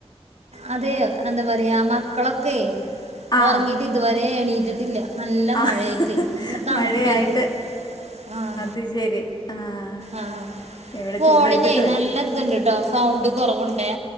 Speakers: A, on the right; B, on the left.
A: അതെയോ എന്താ പറയാ മക്കളൊക്കെ
B: ആഹ്
A: ഉറങ്ങിട്ട് ഇതുവരെ എണീട്ടിട്ടില്ല നല്ല
B: ആഹ്
A: മഴയായിട്ട് നല്ല തണുപ്പായിട്ട്
B: മഴയായിട്ട്
A: ആഹ
B: <unintelligible> ആഹ്
A: ആഹ
B: ഇവിടെ
A: ഫോണിനെ
B: ചൂടെടുത്തിട്ട് വയ്യ
A: നല്ല ഇത്ണ്ട് ട്ടോ സൗണ്ട് കുറവുണ്ടെ